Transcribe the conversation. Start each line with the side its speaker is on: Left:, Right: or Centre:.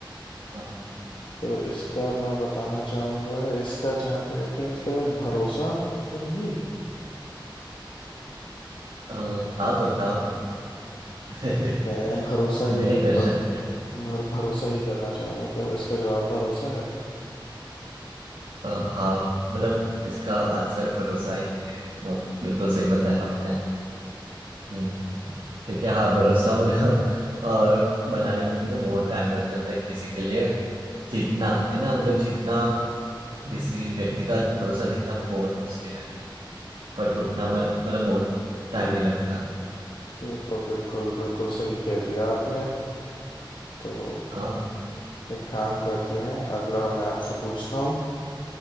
Right: हाँ हाँ।
Left: तो इसका मैं बताना चाहूंगा इसका जहाँ तक है कहीं इसका भरोसा तो नहीं
Right: अ, आप बताओ <laughs>
Left: मैं भरोसा
Right: मैंने
Left: ही
Right: क्वेश्चन किया
Left: भर,
Right: है
Left: भरोसा ही करना चाहूंगा कि इसका जवाब भरोसा है
Right: अ, हाँ मतलब इसका आंसर भरोसा ही है अ, बिल्कुल सही बताया आपने हम्म, क्योंकि हाँ भरोसा मतलब और बनाने में तो बहुत टाइम लग जाता है किसी के लिए जीतना है ना मतलब जीतना हम्म किसी व्यक्ति का भरोसा जीतना बहुत मुश्किल है पर टूटना में मतलब बहुत टाइम नहीं लगता
Left: ये तो बिल्कुल बिल्कुल सही कह दिया आपने तो
Right: हाँ
Left: एक काम करते हैं अगला मैं आपसे पूछता हूँ